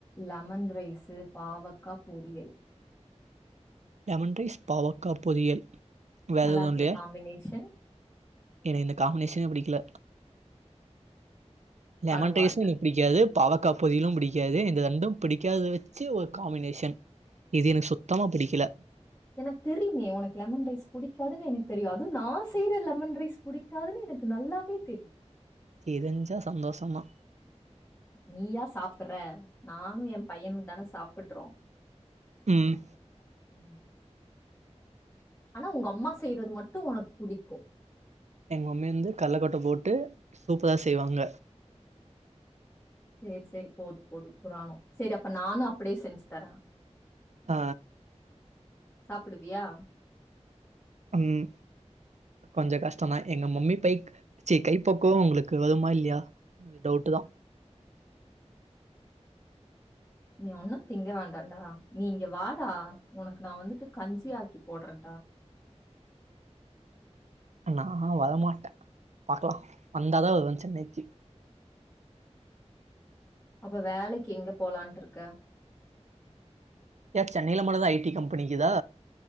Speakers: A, on the left; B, on the right.
A: லெமன் ரைஸு பாவக்கா பொரியல்
B: லெமன் ரைஸ் பாவக்கா பொரியல் வேற
A: நல்லா
B: எதுவு
A: இருக்குல
B: இல்லயா
A: காம்பினேஷன்
B: எனக்கு இந்த காம்மினேஷனே புடிக்கல லெமன்
A: பரவால்ல
B: ரைஸு நீ பிடிக்காது பாவக்கா பொரியலும் பிடிக்காது இந்த ரெண்டும் பிடிக்காதத வச்சி ஒரு காம்மினேஷன் இது எனக்கு சுத்தமா பிடிக்கல
A: எனக்கு தெரியுமே ஒனக்கு லெமன் ரைஸ் புடிக்காதுனு எனக்கு தெரியு அது நா செய்யிற லெமன் ரைஸ் புடிக் காதுனு எனக்கு நல்லாவே தெரியு
B: தெரிஞ்சா சந்தோஷமா
A: நீயா சாப்பிற நானு என் பையனு தான சாப்பிட்றோ
B: ம்
A: ம் ஆனா உங்க அம்மா செய்யிறது மட்டு ஒனக்கு புடிக்கூ
B: எங்க மம்மி வந்து கல்லக்கொட்ட போட்டு சூப்பரா செய்வாங்க
A: சேரி சேரி போது போது புராணொ செரி அப்ப நானு அப்டியே செஞ்சு தர
B: ஆ
A: சாப்டுவியா
B: ம் கொஞ்சோ கஷ்டொந்தா எங்க மம்மி பைக் கைப்பக்குவோ உங்குளுக்கு வருமா இல்லியா டவுட்டு தா
A: நீ ஒன்னு திங்க வேண்டாடா நீ இங்க வாடா உனக்கு நா வந்துட்டு கஞ்சி ஆக்கி போட்றன்டா
B: நா வரமாட்ட பாக்லா வந்தாதா வருவ சென்னைக்கி
A: அப்ப வேலைக்கு எங்க போலான்ட்ருக்க
B: ய சென்னையில மட்டு தா ஐ டி கம்பெனி க்குதா